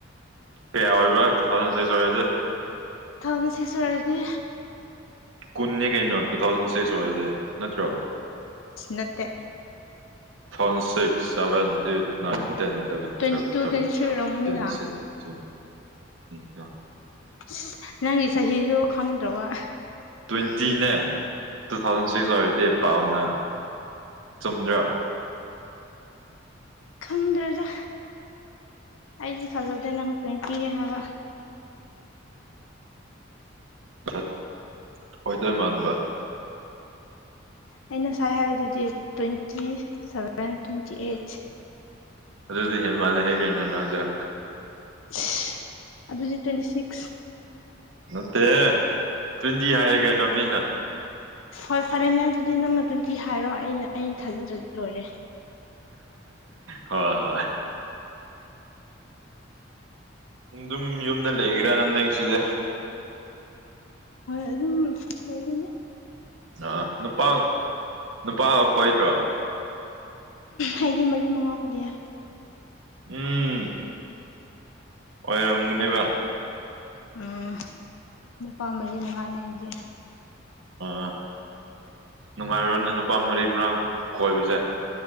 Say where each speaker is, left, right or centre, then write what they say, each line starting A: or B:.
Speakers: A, on the right (about 85°); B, on the left (about 85°).
A: ꯀꯌꯥ ꯑꯣꯏꯕ꯭ꯔꯥ ꯇꯨ ꯊꯥꯎꯖꯟ ꯁꯤꯛꯁ ꯑꯣꯏꯔꯗꯤ
B: ꯇꯨ ꯊꯥꯎꯖꯟ ꯁꯤꯛꯁ ꯑꯣꯏꯔꯗꯤ
A: ꯀꯨꯟꯅꯦ ꯀꯩꯅꯣ ꯇꯨ ꯊꯥꯎꯖꯟ ꯁꯤꯛꯁ ꯑꯣꯏꯔꯗꯤ ꯅꯠꯇ꯭ꯔꯣ
B: ꯅꯠꯇꯦ
A: two thousand six seven eight nine ten eleven
B: twenty
A: twelve
B: two
A: ꯊꯥꯔꯇꯤꯟ
B: twenty three ꯑꯣꯏꯔꯝꯒꯅꯤꯅ
A: <unintelligible>
B: ꯏꯁ ꯅꯪꯒꯤ ꯆꯍꯤꯖꯨ ꯈꯪꯗ꯭ꯔꯕ
A: ꯇꯣꯏꯟꯇꯤꯅꯦ ꯇꯨ ꯊꯥꯎꯖꯟ ꯁꯤꯛꯁ ꯑꯣꯏꯔꯗꯤ ꯄꯥꯎꯑꯣꯅ ꯆꯨꯝꯗ꯭ꯔꯣ
B: ꯈꯪꯗ꯭ꯔꯦꯗ ꯑꯩꯗꯤ ꯊꯖꯗꯦ ꯅꯪ ꯇꯣꯏꯟꯇꯤꯅꯦ ꯍꯥꯏꯕ
A: <unintelligible> ꯑꯣꯏꯗꯣꯏ ꯃꯥꯟꯕ
B: ꯑꯩ ꯅꯁꯥꯏ ꯍꯥꯏꯕꯗꯨꯗꯤ ꯇꯣꯏꯟꯇꯤ ꯁꯚꯦꯟ ꯇꯣꯏꯟꯇꯤ ꯑꯦꯠ
A: ꯑꯗꯨꯗꯤ ꯍꯦꯟꯃꯜꯂꯦꯍꯦꯛ ꯀꯩꯅꯣ ꯅꯪꯖꯨ
B: ꯁꯤ ꯑꯗꯨꯗꯤ ꯇꯣꯏꯟꯇꯤ ꯁꯤꯛꯁ
A: ꯅꯠꯇꯦ ꯇ꯭ꯋꯦꯟꯇꯤ ꯍꯥꯏꯌꯦ ꯀꯩꯅꯣ ꯃꯤꯅ
B: ꯍꯣꯏ ꯐꯔꯦꯅꯦ ꯑꯗꯨꯗꯤ ꯅꯪꯅ ꯇꯋꯦꯟꯇꯤ ꯍꯥꯏꯔꯣ ꯑꯩꯅ ꯑꯩ ꯊꯥꯖꯗꯔ꯭ꯗꯤ ꯂꯣꯏꯔꯦ
A: ꯍꯣꯏ ꯍꯣꯏ ꯗꯨꯝ ꯌꯨꯝꯗ ꯂꯩꯒꯦꯔꯥ ꯅꯪ ꯁꯤꯗꯥ
B: ꯍꯣꯏ ꯑꯗꯨꯝ ꯑꯗꯨꯝ ꯂꯩꯩꯕꯅꯤ
A: ꯑ ꯅꯨꯄꯥ ꯅꯨꯄꯥꯒ ꯀꯣꯏꯗ꯭ꯔꯣ
B: ꯑꯩꯗꯤ ꯃꯔꯤ ꯃꯉꯥ ꯀꯣꯏꯌꯦ
A: ꯎꯝ ꯑꯣꯏꯔꯝꯒꯅꯦꯕ
B: ꯎꯝ ꯅꯨꯄꯥ ꯃꯔꯤ ꯃꯉꯥꯅꯦ ꯑꯩꯗꯤ
A: ꯑꯥ ꯅꯨꯡꯉꯥꯏꯔꯣꯅꯦ ꯅꯨꯄꯥ ꯃꯔꯤ ꯃꯔꯥꯡ ꯀꯣꯏꯕꯁꯦ